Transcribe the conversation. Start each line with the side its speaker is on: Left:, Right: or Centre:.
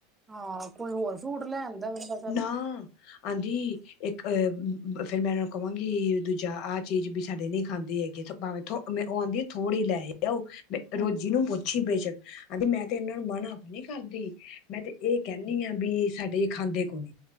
Right: ਹਾਂ ਕੋਈ ਹੋਰ ਫਰੂਟ ਲੈ ਆਦਾ ਬੰਦਾ ਚਲ।
Left: ਨਾ ਆਂਦੀ ਇੱਕ ਫੇਰ ਮੈਂ ਉਹਨਾਂ ਨੂੰ ਕਹਾਂਗੀ ਦੂਜਾ ਆਹ ਚੀਜ਼ ਵੀ ਸਾਡੇ ਨਹੀਂ ਖਾਂਦੀ ਹੈਗੇ। ਭਾਵੇਂ ਥੋ ਮੈਂ ਉਹ ਆਉਂਦੀ ਥੋੜ੍ਹੀ ਲਏ ਆਉ।
Right: ਹਮ
Left: ਰੋਜ਼ੀ ਨੂੰ ਪੁੱਛੀ ਬੇਸ਼ੱਕ ਕਹਿੰਦੀ ਮੈਂ ਤੇ ਇਹਨਾਂ ਨੂੰ ਮਨਾ ਕੁ ਨੀ ਕਰਦੀ ਮੈਂ ਤੇ ਇਹ ਕਹਿਣਾ। ਨੀ ਆ ਵੀ ਸਾਡੇ ਖਾਂਦੇ ਕੋ ਨੀ।